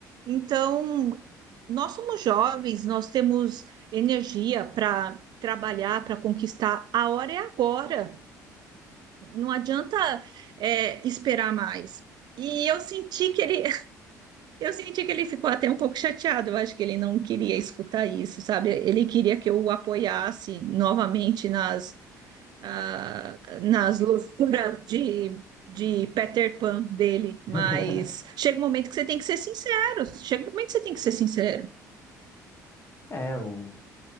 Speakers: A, on the right; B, on the left.
A: Então, nós somos jovens, nós temos energia para trabalhar, para conquistar. A hora é agora. Não adianta, é, esperar mais. E eu senti que ele, eu senti que ele ficou até um pouco chateado. Eu acho que ele não queria escutar isso, sabe? Ele queria que eu o apoiasse novamente nas, ah, nas loucuras de, de Peter Pan dele. Mas
B: <laughs>
A: chega um momento que você tem que ser sincero. Chega um momento que você tem que ser sincero.
B: É, o,